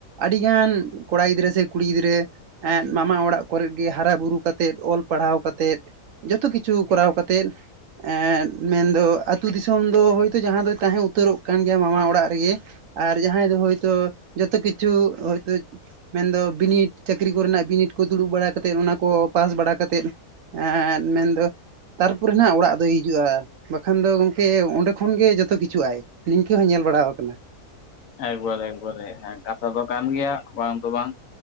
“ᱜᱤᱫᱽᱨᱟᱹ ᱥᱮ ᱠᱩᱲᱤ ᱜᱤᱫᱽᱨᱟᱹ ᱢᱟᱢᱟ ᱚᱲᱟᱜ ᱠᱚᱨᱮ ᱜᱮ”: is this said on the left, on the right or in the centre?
Right